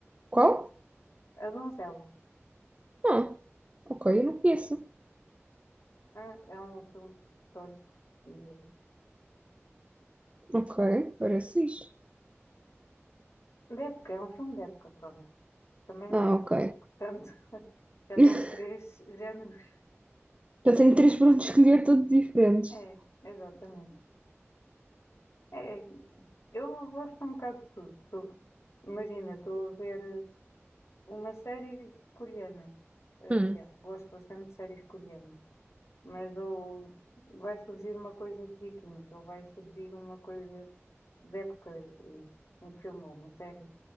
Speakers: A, on the right (about 25°); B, on the left (about 75°).
A: Qual?
B: A Donzela.
A: Ah, ok, eu não conheço.
B: É, é um filme histórico de,
A: Ok, parece fixe.
B: de época, é um filme de época, pronto. Também
A: Ah,
B: gosto.
A: ok.
B: Portanto, <laughs> já
A: <laughs>
B: tens três géneros.
A: Já tenho três para onde escolher, todos diferentes.
B: É, exatamente. É, eu gosto um bocado de tudo. Tu- imagina, estou a ver eh, uma série coreana. Eh,
A: Hum,
B: yeah, gosto bastante de séries coreanas. mas ou vai surgir uma coisa de Vikings, ou vai surgir uma coisa de época, eh, um filme ou uma série.